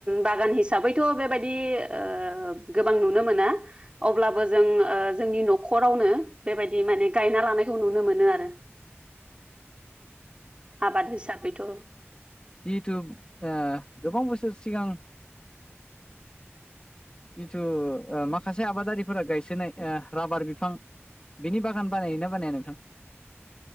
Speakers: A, on the right; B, on the left.
A: बागान हिसाबैथ' बेबादि ओ गोबां नुनो मोना अब्लाबो जों ओ जोंनि न'खरावनो बेबादि माने गायना लानायखौ नुनो मोनो आरो आबाद हिसाबैथ'
B: जिहिथु ओ गोबां बोसोर सिगां
A: <inaudible>
B: जिथु ओ माखासे आबादारिफोरा गायसोनाय ओ राबार बिफां बिनि बागान बानायोना बानाया नोंथां।